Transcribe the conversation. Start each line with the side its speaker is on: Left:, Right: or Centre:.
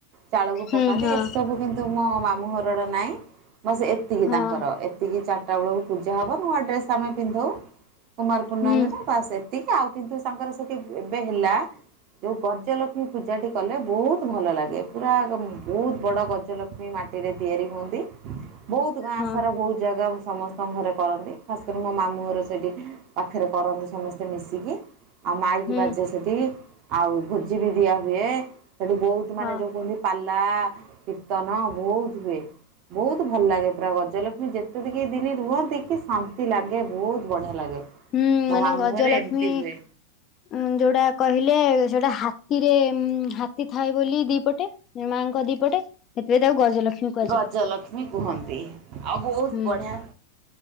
Right: ଚାଳକୁ
Left: ହୁଁ
Right: ପକାନ୍ତି
Left: ହଁ
Right: ଏସବୁ କିନ୍ତୁ ତୁ ମୋ ମାମୁଁ ଘର ଆଡେ ନାଇଁ ବାସ୍ ଏତିକି
Left: ହଁ।
Right: ତାଙ୍କର ଏତିକି ଚା ଚାରଟା ବେଳକୁ ପୂଜା ହବ ନୂଆ ଡ୍ରେସ୍ ଆମେ ପିନ୍ଧଉ କୁମାର ପୂର୍ଣ୍ଣମି
Left: ହୁଁ
Right: ରେ। ବାସ୍ ଏତିକି ଆଉ କିନ୍ତୁ ତାଙ୍କର ସେଠି ଏବେ ହେଲା ଯୋଉ ଗଜଲକ୍ଷ୍ମୀ ପୂଜାଟି କଲେ ବହୁତ ଭଲ ଲାଗେ ପୁରା ବହୁତ ବଡ ଗ ଗଜଲକ୍ଷ୍ମୀ ମାଟିରେ ତିଆରି ହୁଅନ୍ତି। ବହୁତ ଗାଁ
Left: ହଁ
Right: ସାରା ବହୁ ଜାଗା ସମସ୍ତଙ୍କ ଘରେ କରନ୍ତି ଖାସ୍ କରି ମୋ ମାମୁଁ ଘର ସେଇଠି ପାଖରେ କରନ୍ତି ସମସ୍ତେ ମିଶିକି ଆଉ ମାଇକି
Left: ହୁଁ
Right: ବାଜେ ସେଠି। ଆଉ ଭୋଜି ବି ଦିଆ ହୁଏ ସେଠି ବହୁତ ମାନେ
Left: ହଁ
Right: ଯୋଉ କୁହନ୍ତି ପାଲା, କୀର୍ତ୍ତନ ବହୁତ ହୁଏ, ବହୁତ ଭଲ ଲାଗେ ପୁରା ଗଜଲକ୍ଷ୍ମୀ ଯେତେ ଦି ଯେତିକି ଦିନି ରୁହନ୍ତି କି ଶାନ୍ତି ଲାଗେ ବହୁତ ବଢିଆ ଲାଗେ।
Left: ହୁଁ
Right: ମୋ
Left: ମାନେ
Right: ମାମୁଁ
Left: ଗଜଲକ୍ଷ୍ମୀ
Right: ଘରେ ଏମିତି ହୁଏ
Left: ଉଁ ଯୋଉଟା କହିଲେ ସେଟା ହାତୀରେ ଉଁ ହାତୀ ଥାଏ ବୋଲି ଦିପଟେ ମାଆଙ୍କ ଦିପଟେ ସେଥିପାଇଁ ତାକୁ ଗଜଲକ୍ଷ୍ମୀ କୁହାଯାଏ।
Right: ଗଜଲକ୍ଷ୍ମୀ କୁହନ୍ତି ଆଉ ବହୁତ
Left: ହୁଁ
Right: ବଢ଼ିଆ